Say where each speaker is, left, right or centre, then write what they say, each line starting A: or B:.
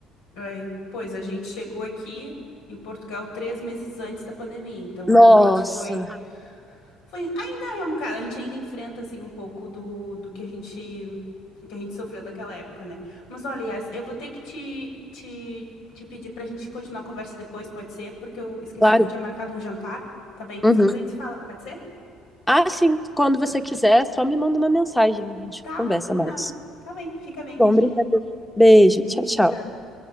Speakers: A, on the left; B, in the centre.
A: Aí, pois a gente chegou aqui em Portugal três meses antes da pandemia, então
B: Nossa,
A: realmente foi, foi ainda é um cara, a gente ainda enfrenta assim um pouco do, do que a gente que a gente sofreu daquela época, né? Mas olha, Yas, eu vou ter que te, te, te pedir pra gente continuar a conversa depois, pode ser? Porque eu esqueci
B: claro.
A: que eu tinha marcado um jantar, tá bem? Mas
B: Uhum.
A: depois a gente se fala, pode ser?
B: Ah, sim, quando
A: Tá,
B: você quiser, só me manda uma mensagem, a gente
A: tá,
B: conversa
A: combinado.
B: mais.
A: Tá bem, fica bem,
B: Bom,
A: beijinho.
B: obrigada. Beijo,
A: Beijinho,
B: tchau, tchau.
A: tchau.